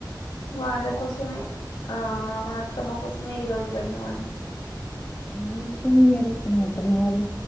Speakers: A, on the left (about 65°); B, on the left (about 20°).
A: వాళ్ళ కోసమే ఆ మా అత్తమ్మ కోసమే ఈరోజు పోయినమన్
B: ఏమి కొన్యారు మీ అత్తమ్మ వాళ్ళు